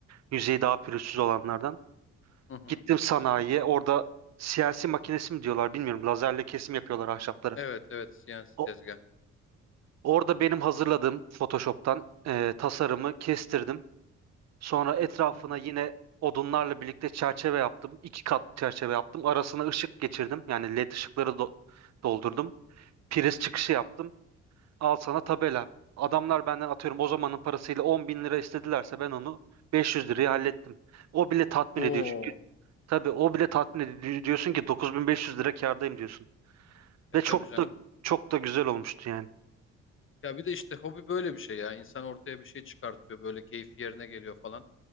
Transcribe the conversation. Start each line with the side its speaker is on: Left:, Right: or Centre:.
Right: Yüzeyi daha pürüzsüz olanlardan.
Left: Hı hı.
Right: Gittim sanayiye. Orada CNC makinesi mi diyorlar bilmiyorum. Lazerle kesim yapıyorlar ahşapları.
Left: Evet evet CNC
Right: O-
Left: tezgah.
Right: Orada benim hazırladığım Photoshop'tan e, tasarımı kestirdim. Sonra etrafına
Left: Hı hı.
Right: yine odunlarla birlikte çerçeve yaptım. İki kat çerçeve yaptım. Arasına ışık geçirdim. Yani led ışıkları do- doldurdum. Priz çıkışı yaptım. Al sana tabela. Adamlar benden atıyorum o zamanın parasıyla 10 bin lira istedilerse ben onu 500 liraya hallettim. O bile tatmin
Left: Oo.
Right: ediyor çünkü. Tabii o bile tatmin ediyor. Diyorsun ki 9500 lira kârdayım diyorsun.
Left: E
Right: Ve
Left: tabii
Right: çok
Left: canım.
Right: da çok da güzel olmuştu yani.
Left: Ya bir de işte hobi böyle bir şey ya. İnsan ortaya bir şey çıkartıyor böyle keyfi yerine geliyor falan.